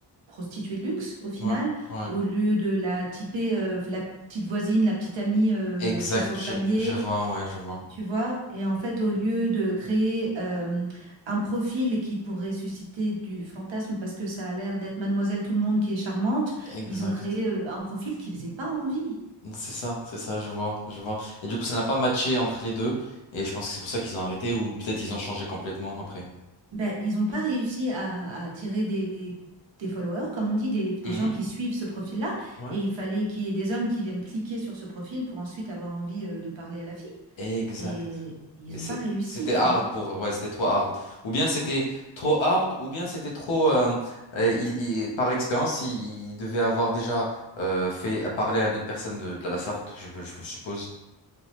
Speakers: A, on the right; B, on the left.
A: prostituée de luxe au final,
B: Ouais. Ouais.
A: au lieu de la typer euh, la petite voisine, la petite amie euh,
B: Exact.
A: qui est sur le
B: Je,
A: palier,
B: je vois. Ouais, je vois.
A: tu vois. Et en fait, au lieu de créer euh, un profil qui pourrait susciter du fantasme parce que ça a l'air d'être Mademoiselle Tout-le-Monde qui est charmante,
B: Exact.
A: ils ont créé euh, un profil qui faisait pas envie.
B: C'est ça, c'est ça, je vois, je vois. Et du coup, ça n'a pas matché entre les deux, et je pense que c'est pour ça qu'ils ont arrêté, ou peut-être ils ont changé complètement après.
A: Ben, ils n'ont pas réussi à, à attirer des, des followers, comme on dit, des, des
B: Mhm.
A: gens qui suivent ce profil-là.
B: Ouais.
A: Et il fallait qu'il y ait des hommes qui viennent cliquer sur ce profil pour ensuite avoir envie euh, de parler à la fille.
B: Exact.
A: Et ils
B: Et
A: n'ont
B: c'est-
A: pas réussi,
B: c'était
A: tu
B: hard
A: vois.
B: pour, ouais, c'était trop hard. Ou bien c'était trop hard, ou bien c'était trop, euh, euh, il- il- par expérience, il, il devait avoir déjà euh, fait à parler à d'autres personnes de, de la Sarthe, je, je suppose,